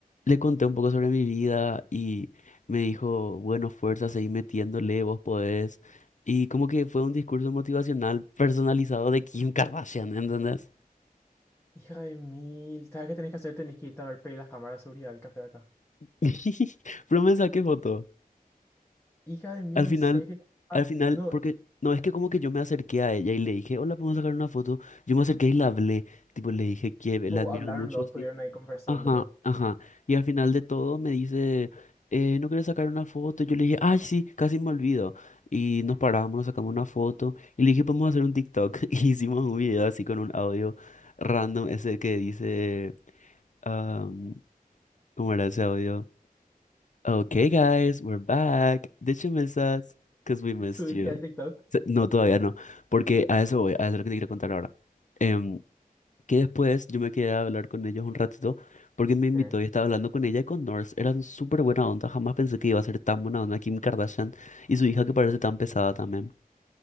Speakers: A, on the left (about 55°); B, on the left (about 15°).
A: le conté un poco sobre mi vida y me dijo, bueno, fuerza, seguí metiéndole, vos podés. Y como que fue un discurso motivacional personalizado de Kim Kardashian, ¿entendés?
B: Hija de mil, ¿sabes qué tenés que hacer? Tenés que irte a ver pedir las cámaras de seguridad del café de acá.
A: <laughs> Pero me saqué foto.
B: Hija de mil,
A: Al
B: en
A: final,
B: serio. Ah,
A: al final,
B: no,
A: porque no es que como que yo me acerqué a ella y le dije, hola, ¿podemos sacar una foto? Yo me acerqué y la hablé, tipo, le dije que
B: tipo,
A: la admiro
B: hablaron
A: mucho
B: los,
A: así.
B: estuvieron ahí conversándolo.
A: Ajá, ajá. Y al final de todo me dice, eh, ¿no quieres sacar una foto? Yo le dije, ay, sí, casi me olvido. Y nos paramos, nos sacamos una foto y le dije, ¿podemos hacer un TikTok? <laughs> Y hicimos un video así con un audio random, ese que dice, um, ¿cómo era ese audio? Okay, guys, we're back. Did you miss us? Because we missed
B: ¿Subiste
A: you.
B: al TikTok?
A: Se- No, todavía no, porque a eso voy, a eso es lo que te quiero contar ahora. Em, que después yo me quedé a hablar con ellos un ratito, porque me invitó
B: ¿Eh?
A: y estaba hablando con ella y con North. Eran súper buena onda, jamás pensé que iba a ser tan buena onda Kim Kardashian y su hija que parece tan pesada también.